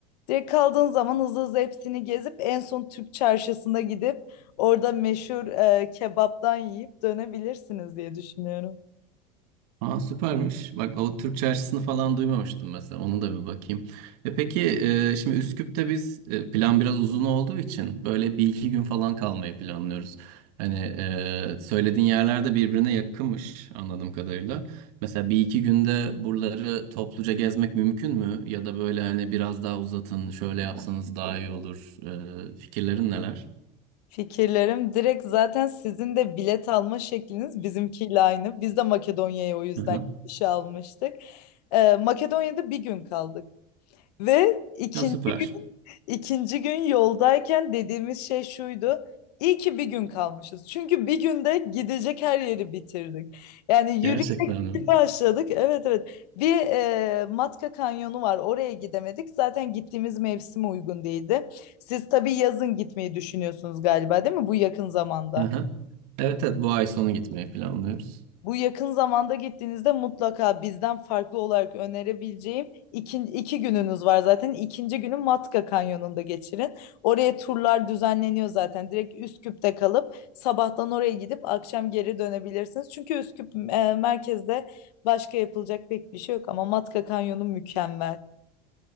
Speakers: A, on the left (about 85°); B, on the right (about 75°).
A: Direkt kaldığın zaman hızlı hızlı hepsini gezip en son Türk çarşısına gidip orada meşhur e, kebaptan yiyip dönebilirsiniz diye düşünüyorum.
B: Aa süpermiş. Bak o Türk Çarşısı'nı falan duymamıştım mesela. Onu da bir bakayım. E peki e, şimdi Üsküp'te biz e, plan biraz uzun olduğu için böyle bir iki gün falan kalmayı planlıyoruz. Hani e, söylediğin yerler de birbirine yakınmış anladığım kadarıyla. Mesela bir iki günde buraları topluca gezmek mümkün mü? Ya da böyle hani biraz daha uzatın, şöyle yapsanız daha iyi olur. E, fikirlerin neler?
A: Fikirlerim direkt zaten sizin de bilet alma şekliniz bizimkiyle aynı. Biz de Makedonya'ya o yüzden
B: Hı hı.
A: gidiş almıştık. E, Makedonya'da bir gün kaldık. Ve ikinci
B: Ya süper.
A: gün ikinci gün yoldayken dediğimiz şey şuydu. İyi ki bir gün kalmışız. Çünkü bir günde gidecek her yeri bitirdik. Yani
B: Gerçekten
A: yürüyüşe
B: mi?
A: başladık. Evet evet. Bir e, Matka Kanyonu var. Oraya gidemedik. Zaten gittiğimiz mevsim uygun değildi. Siz tabii yazın gitmeyi düşünüyorsunuz galiba, değil mi? Bu yakın zamanda.
B: Hı hı. Evet evet bu ay sonu gitmeyi planlıyoruz.
A: Bu yakın zamanda gittiğinizde mutlaka bizden farklı olarak önerebileceğim iki, iki gününüz var zaten. İkinci günü Matka Kanyonu'nda geçirin. Oraya turlar düzenleniyor zaten. Direkt Üsküp'te kalıp sabahtan oraya gidip akşam geri dönebilirsiniz. Çünkü Üsküp e, merkezde başka yapılacak pek bir şey yok ama Matka Kanyonu mükemmel.